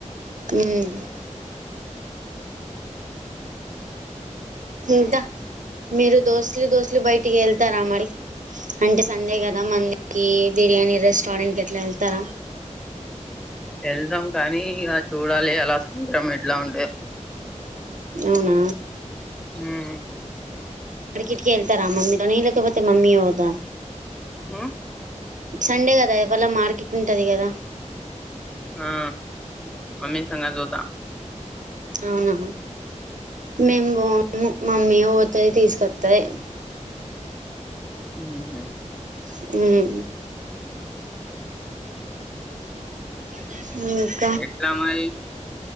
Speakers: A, on the right (about 80°); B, in the centre.
A: ఊ మ్ ఇంకా మీరు దోస్తులు దోస్తులు బయటికి ఎళ్తారా మరి అంటే సండే గదా మండికి బిర్యానీ రెస్టారెంట్ కట్ల ఎళ్తారా
B: ఎళ్తం కానీ ఇగ చూడాలి అలా <unintelligible> ఎట్లా ఉంటయొ
A: అవునా
B: ఊ మ్
A: మార్కెట్ కి ఎళ్తారా మమ్మి తొని లేకపోతే మమ్మీయే పోదా
B: ఆ
A: సండే గదా ఇవాళ మార్కెట్ ఉంటది గదా
B: ఆ మమ్మీ తో నేన్ జుతా
A: అవునా మేము బోము మామ్మీ పోతది తీసుకొత్తది
B: మ్ హు
A: మ్ మ్
B: ఎట్లా మరి